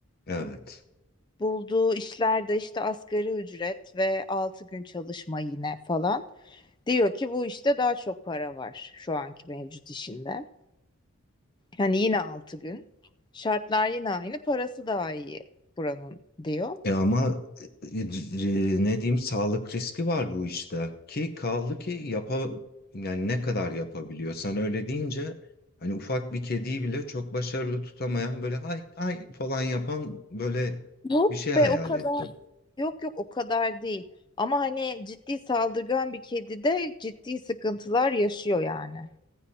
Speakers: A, on the left; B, on the left.
A: Evet.
B: Bulduğu işlerde işte asgari ücret ve 6 gün çalışma yine falan. Diyor ki bu işte daha çok para var şu anki mevcut işinde. Yani yine 6 gün. Şartlar yine aynı, parası daha iyi buranın diyor.
A: E ama e, e, ne diyeyim sağlık riski var bu işte ki kaldı ki yapa yani ne kadar yapabiliyor sen öyle deyince hani ufak bir kediyi bile çok başarılı tutamayan böyle ay ay falan yapan böyle
B: Yok
A: bir şey hayal
B: be o kadar
A: ettim.
B: yok yok o kadar değil. Ama hani ciddi saldırgan bir kedi de ciddi sıkıntılar yaşıyor yani.